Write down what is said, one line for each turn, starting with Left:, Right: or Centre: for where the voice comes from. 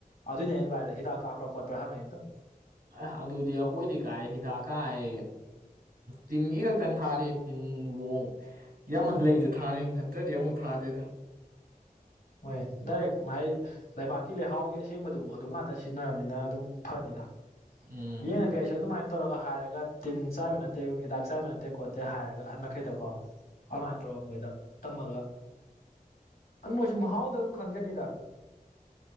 Left: ꯑꯗꯨꯏꯅꯦ ꯑꯩꯅ ꯚꯥꯏꯗ ꯍꯤꯗꯥꯛ ꯀꯥꯞꯄꯔꯥ ꯈꯣꯠꯄ꯭ꯔꯥ ꯍꯪꯉꯛꯏꯗꯣ
Right: ꯑ ꯑꯗꯨꯗꯤ ꯑꯩꯈꯣꯏꯗꯤ ꯀꯥꯏ ꯍꯤꯗꯥꯛ ꯀꯥꯏ ꯇꯤꯟꯒꯤ ꯈꯛꯇꯅ ꯊꯥꯔꯤ ꯇꯤꯟꯋꯣꯡ ꯌꯥꯝꯃꯟ
Left: ꯎꯝ
Right: ꯂꯩꯁꯦ ꯊꯥꯔꯤꯝ ꯑꯇꯩꯗꯤ ꯑꯃꯨꯛ ꯊꯥꯗꯦꯗ
Left: ꯍꯣꯏ ꯗꯥꯏꯔꯦꯛ ꯃꯥꯥꯏ ꯂꯩꯕꯥꯛꯀꯤ ꯂꯩꯍꯥꯎꯒꯤ ꯑꯁꯦꯡꯕꯗꯨ ꯑꯗꯨꯝ ꯉꯥꯛꯇ ꯁꯤꯖꯤꯟꯅꯔꯕꯅꯤꯅ ꯑꯗꯨꯝ ꯐꯅꯤꯗ
Right: ꯎꯝ
Left: ꯌꯦꯪꯉꯥꯒꯦ ꯑꯩꯁꯨ ꯑꯗꯨꯃꯥꯏ ꯇꯧꯔꯒ ꯍꯥꯏꯔꯒ ꯇꯤꯟ ꯆꯥꯏꯕ ꯅꯠꯇꯦ ꯍꯤꯗꯥꯛ ꯆꯥꯏꯕ ꯅꯠꯇꯦ ꯈꯣꯠꯇꯦ ꯍꯥꯏꯔꯒ ꯑꯍꯟ ꯃꯈꯩꯗꯀꯣ ꯑꯗꯨꯃꯥꯏꯅ ꯇꯧꯔ ꯃꯣꯏꯗ ꯇꯝꯃꯒ ꯃꯣꯏ ꯃꯍꯥꯎꯗ ꯑꯗꯨꯝ ꯈꯪꯖꯅꯤꯗ